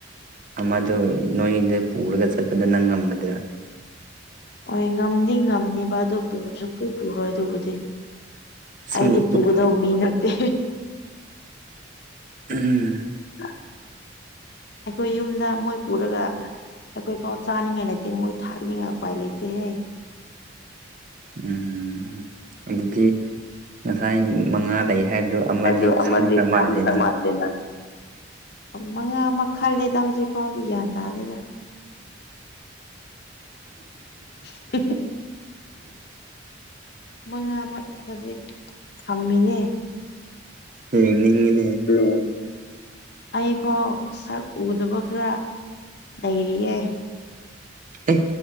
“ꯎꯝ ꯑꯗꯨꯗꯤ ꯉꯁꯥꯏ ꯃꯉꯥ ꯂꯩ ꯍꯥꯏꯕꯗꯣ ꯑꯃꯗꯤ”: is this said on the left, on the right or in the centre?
Right